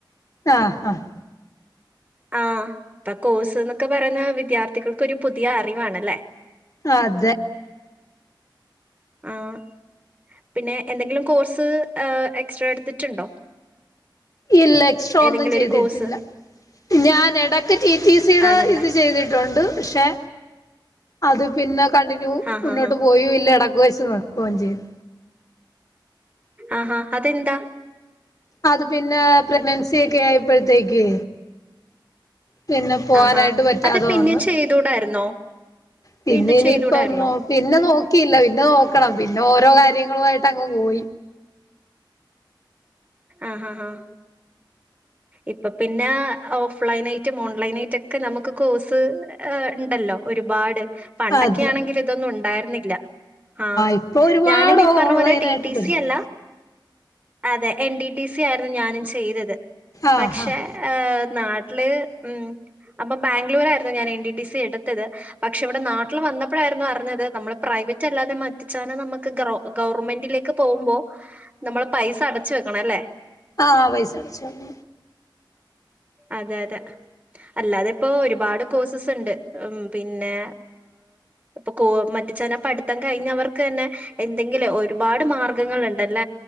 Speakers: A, on the left; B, on the right.
A: ആഹ് ആഹ്
B: ആഹ് ഇപ്പൊ കോഴ്സ് എന്നൊക്കെ പറയുന്ന വിദ്യാർത്ഥികൾക്കൊരു പുതിയ അറിവാണല്ലേ.
A: അതെ
B: ആഹ് പിന്നെ എന്തെങ്കിലും കോഴ്സ് എക്സ്ട്രാ എടുത്തിട്ടുണ്ടോ?
A: ഇല്ല എക്സ്ട്രാ
B: ഏതെങ്കിലും
A: ഒന്നും ചെയ്തിട്ടില്ല
B: ഒരു കോഴ്സ്
A: ഞാൻ എടക്ക് ടി ടി സിയുടെ
B: ആണല്ലേ
A: ഇത് ചെയ്തിട്ടുണ്ട് പക്ഷെ അത് പിന്നെ കണ്ടിന്യൂ
B: ആഹാ
A: മുന്നോട്ട്
B: ഹാ
A: പോയുല്ല എടക്ക് വച്ച് നിക്കുവൊചെയ്തു.
B: ആഹാ അതെന്താ
A: അത് പിന്നെ പ്രഗ്നൻസി ഒക്കെ ആയപ്പോഴത്തേക്കേ പിന്നെ പോവാനായിട്ട്
B: ആഹാ
A: പറ്റാതെ
B: അത് പിന്നെയും
A: വന്ന്
B: ചെയ്തുകൂടായിരുന്നോ
A: പിന്നെ
B: വീണ്ടും
A: ഇനിയിപ്പൊ
B: ചെയ്തുകൂടായിരുന്നോ
A: നോ പിന്നെ നോക്കിയില്ല പിന്നെ നോക്കണം പിന്നെ ഓരോ കാര്യങ്ങളുവായിട്ട് അങ്ങ് പോയി
B: ആഹഹാ ആഹ് ഇപ്പൊ പിന്നെ ഹൗ ഫ്ലൈനായിട്ടും ഓൺലൈനായിട്ടൊക്കെ നമുക്ക് കോഴ്സ് ഉണ്ടല്ലോ ഒരുപാട് പണ്ടൊക്കാണെങ്കിൽ
A: അതെ
B: ഇതൊന്നും ഉണ്ടായിരുന്നില്ല ആഹ്
A: ഇപ്പൊ ഒരുപാട്
B: ഞാനും ഈ പറഞ്ഞ
A: ഓൺലൈൻ
B: പോലെ ടി
A: ആയിട്ട്
B: ടി
A: പഠിക്കും
B: സി അല്ല അതെ എൻ ഡി ടി സി ആയിരുന്നു ഞാനും ചെയ്തത്
A: ആഹ്
B: പക്ഷെ
A: ആഹ്
B: ഏ നാട്ടില് ഉം അപ്പൊ ബാംഗ്ലൂരായിരുന്നു ഞാൻ എൻ ഡി ടി സി എടുത്തത് പക്ഷെ ഇവിടെ നാട്ടില് വന്നപ്പഴായിരുന്നു അറിഞ്ഞത് നമ്മള് പ്രൈവറ്റ് അല്ലാതെ പിച്ചാന നമ്മക്ക് ഗവർ ഗവർമെന്റിലേക്ക് പോകുമ്പോ നമ്മൾ പൈസ അടച്ച് വെക്കണം അല്ലേ
A: ആ പൈസടച്ചോ <inaudible>
B: അതെ അതെ അല്ലാതെ ഇപ്പോ ഒരുപാട് കോഴ്സസ് ഇണ്ട് ഉം പിന്നെ ഇപ്പൊ കോ മറ്റ ചന പഠ്ത്തം കഴിഞ്ഞവർക്കന്നെ എന്തെങ്കിലെ ഒരുപാട് മാർ ങ്ങളണ്ടല്ല